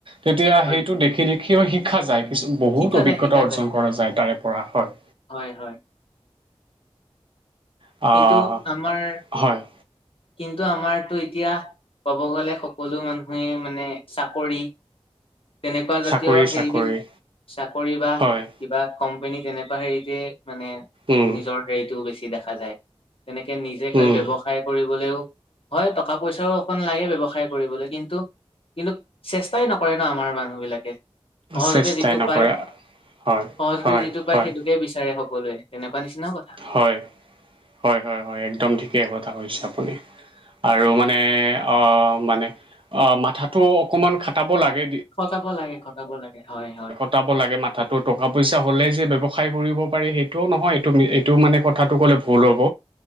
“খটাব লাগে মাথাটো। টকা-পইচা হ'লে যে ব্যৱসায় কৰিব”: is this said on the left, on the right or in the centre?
Right